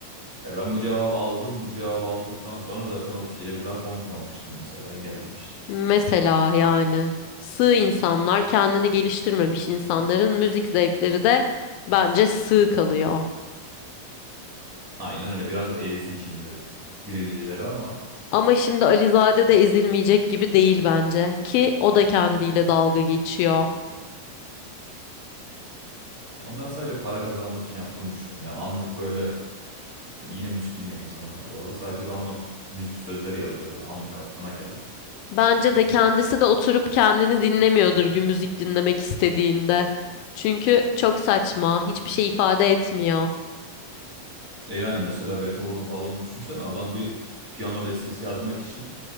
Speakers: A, on the right (about 25°); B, on the left (about 85°).
A: Ya ben bu cevabı aldım. Bu cevabı aldıktan sonra zaten o kişiyle bir daha konuşmamıştım mesela. Engellemiştim.
B: Mesela yani sığ insanlar, kendini geliştirmemiş insanların müzik zevkleri de bence sığ kalıyor.
A: Aynen öyle. Biraz da ezdik şimdi dirilicileri ama
B: Ama şimdi Alizade de ezilmeyecek gibi değil bence ki o da kendiyle dalga geçiyor.
A: ya onların sadece para kazanmak için yaptığını düşünüyorum. Yani anlık böyle ya yine müzik bilmeyen insanlar bu arada. Sadece random s- müzik sözleri yazıyor böyle anlık aklına gelen.
B: Bence de kendisi de oturup kendini dinlemiyordur bir müzik dinlemek istediğinde. Çünkü çok saçma, hiçbir şey ifade etmiyor.
A: E yani mesela Beethoven'ın falan düşünsen adam bir piyano bestesi yazmak için